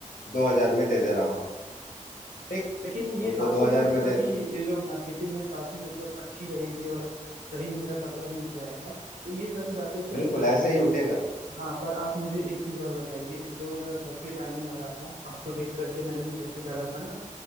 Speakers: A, on the left (about 80°); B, on the right (about 75°).
A: दो हजार में दे दे रहा हूँ ठीक
B: लेकिन ये
A: उनको
B: आपको
A: दो
B: नहीं
A: हजार
B: लगता
A: में दे
B: कि
A: दो
B: ये जो मार्केटिंग है काफी मतलब अच्छी रहेगी और सही में मेरा कपड़ा भी उठ जाएगा तो ये सारी बातें तो
A: बिल्कुल
B: हम करेंगे
A: ऐसे
B: ही
A: ही उठेगा
B: हाँ पर आप मुझे एक चीज और बताइए जो मैं फैक्ट्री डालने वाला था आपको देख करके मैंने भी फैक्ट्री डाला था ना